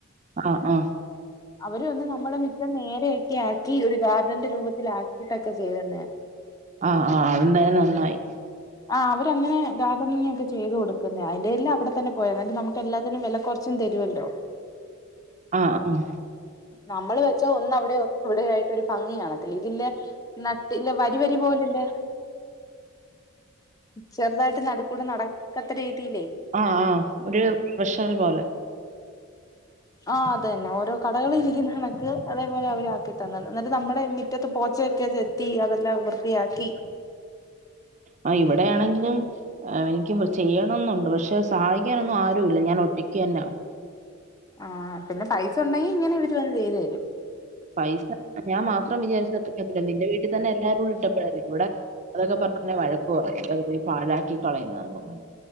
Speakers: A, on the right; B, on the left.
A: ആഹ് ആഹ്
B: അവര് വന്നു നമ്മുടെ മിറ്റം ക്യാക്കി ഒരു ഗാർഡന്റെ രൂപത്തി ആക്കിട്ടൊക്കെ ചെയ്ത തന്ന
A: ആഹ് ആഹ് അതെന്തായാലും നന്നായി
B: ആ അവരങ്ങനെ ഗാർഡനിങ്കോക്കെ ചെയ്തുകൊടുക്കുന്നെ അയിന്റെ എല്ലാം ഇവിടെത്തന്നെ പോയ എന്നായട്ട് നമുക്ക് എല്ലാത്തിനും വില കുറച്ചും തരുല്ലോ
A: ആഹ് ആഹ്
B: നമ്മള് വെച്ച ഒന്നവിടെ ഒന്ന്ടെ ആയി ഒരു ഭംഗിയ കാണത്തില്ല ഇതില്ല നട്ടല്ല വരി വരി പോലല്ലേ ചെറുതായിട്ട് നടുകൂടെ നടക്കത്ത രീതിയിൽ
A: ആഹ് ആഹ് ഒരു പ്രൊഫഷണൽ പോലെ
B: ആ അതന്നെ ഓരോ കടകളിൽ ഇരിക്കുന്ന കണക്ക് അതെ പോലെ <unintelligible> എന്നിട്ട് നമ്മുടെ മുറ്റത്ത് പോച്ചയൊക്കെ ചെത്തി അതെല്ലാം വൃത്തിയാക്കി
A: ആ ഇവിടെയാണെങ്കിലും എനിക്ക ചെയ്യണം എന്നുണ്ട് പക്ഷെ സഹായിക്കാനൊന്നും ആരും ഇല്ല ഞാൻ ഒറ്റ കെനൗ
B: ആ പിന്നെ പൈസ ഉണ്ടെങ്കിയിങ്ങെനെ വി ചെയ്ത് തെരും
A: പൈസ ഞാൻ മാത്രം വിചാരിച്ചത്രത്തില്ല. നിന്റെ വീട്ടിൽ തന്നെ എല്ലാരുടിട്ടപ്പഴല്ലേ. ഇവിടെ അതൊക്കെ പറഞ്ഞിട്ടുണ്ടേയെന്നെ
B: തരും
A: വഴക്ക് പറയും വെറുതെ പാഴാക്കി കളയുന്നെന്ന് പറഞ്ഞ്.